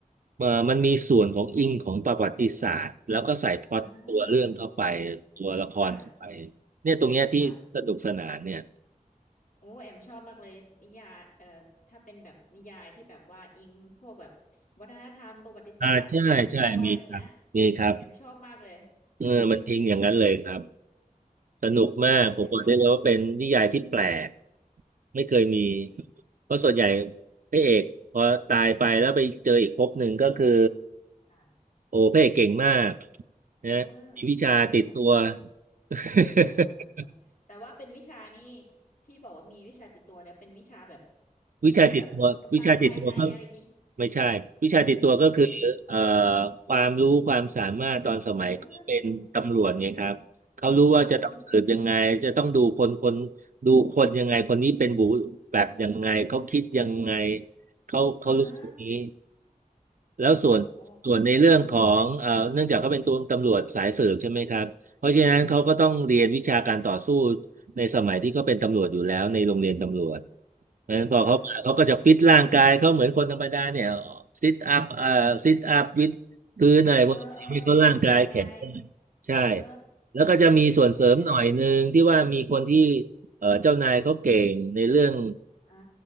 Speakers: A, on the right (about 65°); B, on the left (about 65°).
A: เอ่อมันมีส่วนของอิงของประวัติศาสตร์แล้วก็ใส่พล็อตตัวเรื่องเข้าไป
B: อ่า
A: ตัวละครเข้าไป
B: ค่ะ
A: เนี่ยตรงเนี้ยที่สนุกสนานเนี่ย
B: ค่ะ โอ้แอมชอบมากเลยนิยายเอ่อถ้าเป็นแบบนิยายที่แบบว่าอิงพวกแบบวัฒนธรรมประวัติศาสตร์การวิเคราะห์อะไรอย่างเงี้ย
A: อ่าใช่ใช่มีครับมีครับ
B: แอมชอบมากเลย
A: เออมันอิงอย่างนั้นเลยครับ
B: อืม
A: สนุกมากผมบอกได้เลยว่าเป็นนิยายที่แปลก
B: ใช่ค่ะ
A: ไม่เคยมีเพราะส่วนใหญ่พระเอกพอตายไปแล้วไปเจออีกภพหนึ่งก็คือ
B: อ่า
A: โอ้พระเอกเก่งมากนะมีวิชาติดตัว
B: อ่าใช่
A: <laughs>
B: อ่าเออแต่ว่าเป็นวิชานี่ที่บอกว่ามีวิชาติดตัวเนี่ยเป็นวิชาแบบ
A: วิชาติดตัววิชาติดตัวก็
B: ไม่ใช่แบบกำลังภายในอะไรอย่างงี้
A: ไม่ใช่วิชาติดตัวก็คือเอ่อ
B: อืม
A: ความรู้ความสามารถตอนสมัยเขาเป็นตำรวจไงครับเขารู้ว่าจะต้องสืบยังไงจะต้องดูคนคน
B: อ่าอืม
A: ดูคนยังไงคนนี้เป็นบุแบบยังไงเขาคิดยังไงเขาเขารู้ตรงนี้
B: อ่า
A: แล้วส่วนส่วนในเรื่องของเอ่อเนื่องจากเขาเป็นตัวตำรวจสายสืบใช่ไหมครับเพราะฉะนั้นเขาก็ต้องเรียนวิชาการต่อสู้
B: โอ้
A: ในสมัยที่เขาเป็นตำรวจอยู่แล้วในโรงเรียนตำรวจ เพราะฉะนั้นพอเขามาเขาก็จะฟิตร่างกายเขาเหมือนคนธรรมดาเนี่ย
B: ค่ะ
A: ซิทอัพเอ่อซิทอัพวิดพื้นอะไรพวกนี้ให้เขาร่างกายแข็งแรงใช่
B: เออเออเออออกกำลังกายเออ
A: แล้วก็จะมีส่วนเสริมหน่อยหนึ่งที่ว่ามีคนที่
B: ค่ะเข้าใจได้เลย
A: เอ่อเจ้านายเขาเก่งในเรื่อง
B: อ่า